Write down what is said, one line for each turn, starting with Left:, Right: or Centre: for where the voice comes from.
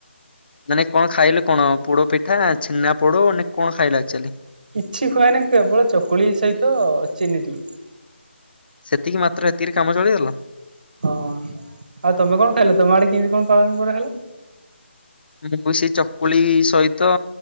Left: ମାନେ କଣ ଖାଇଲୁ କଣ ପୋଡ ପିଠା ଛେନା ପୋଡେ କଣ ଖାଇଲୁ ଆକ୍ଚୁଆଲି
Right: କିଛି ଖୁଏନି କେବଳ ଚକୁଳି ସହିତ ଚିନି ଟିକେ
Left: ସେତିକି ମାତ୍ର ଏତିକିରେ କାମ ଚଳିଗଲ
Right: ହଁ ଆଉ ତମେ କଣ ଖାଇଲେ ତମ ଆଡେ କେମିତି କଣ ପାଳନ କରା ହେଲା
Left: ମୁଁ ବି ସେଇ ଚକୁଳି ସହିତ